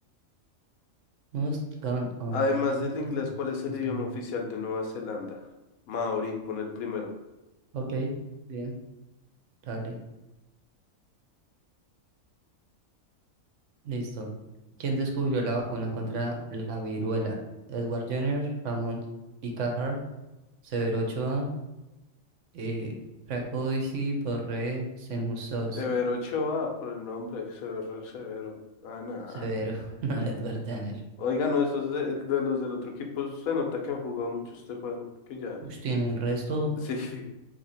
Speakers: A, on the right; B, on the left.
A: Must Go On.
B: Además
A: Must
B: del inglés,
A: Go On.
B: ¿cuál es el
A: Must
B: idioma
A: Go On.
B: oficial de Nueva Zelanda? Maori, pone el primero.
A: Ok, bien, dale, listo. ¿Quién descubrió la vacuna contra la viruela? Edward Jenner, Ramón y Cajal, Severo Ochoa, eh, Franco Borré, Senussi.
B: Severo Ochoa, por el nombre, Severo, Severo. Ah, nada.
A: Severo, <laughs> no, Edward Jenner.
B: Oiga, no, esos de, de los del otro equipo se nota que han jugado mucho este juego, porque ya.
A: Uy, tiene el resto.
B: Sí. <laughs>